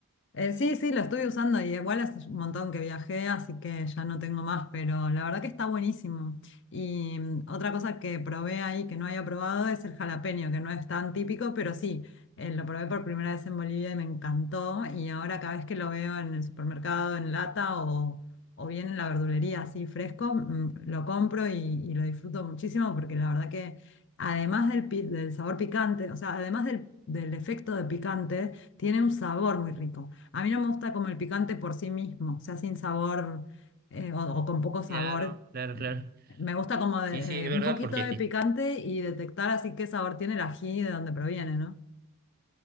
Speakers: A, on the left; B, on the right.
A: Eh, sí, sí, lo estoy usando y igual hace un montón que viajé, así que ya no tengo más, pero la verdad que está buenísimo. Y mm, otra cosa que probé ahí que no había probado es el jalapeño, que no es tan típico, pero sí, eh, lo probé por primera vez en Bolivia y me encantó. Y ahora cada vez que lo veo en el supermercado, en lata o, o bien en la verdulería así fresco, mm, lo compro y, y lo disfruto muchísimo porque la verdad que además del, pi- del sabor picante, o sea, además del del efecto de picante, tiene un sabor muy rico. A mí no me gusta como el picante por sí mismo, o sea, sin sabor eh, o, o con poco sabor.
B: Claro, claro, claro.
A: Me gusta como de-
B: Sí, sí, es
A: eh, un
B: verdad,
A: poquito
B: porque
A: de
B: ti-
A: picante y detectar así qué sabor tiene el ají y de dónde proviene, ¿no?